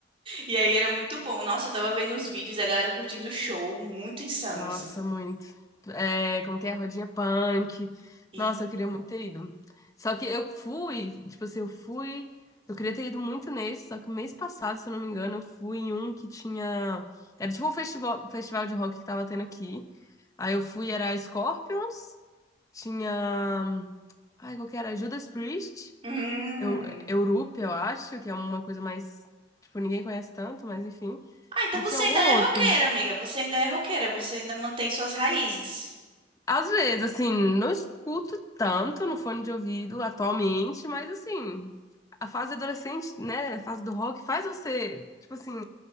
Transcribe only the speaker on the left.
Nossa,
muito. É, como que é? Rodinha punk.
Nossa, eu queria muito ter ido. Só que eu fui, tipo assim, eu fui. Eu queria ter ido muito nesse, só que mês passado, se eu não me engano, eu fui em um que tinha. Era tipo um festival, festival de rock que tava tendo aqui. Aí eu fui, era Scorpions, tinha. Ai, qual que era? Judas Priest,
eu, Europe, eu acho, que é uma coisa mais. Tipo, ninguém conhece tanto, mas enfim.
E
tinha algum
outro.
Às vezes, assim, não escuto tanto no fone de ouvido atualmente, mas assim, a fase adolescente, né, a fase do rock faz você, tipo assim,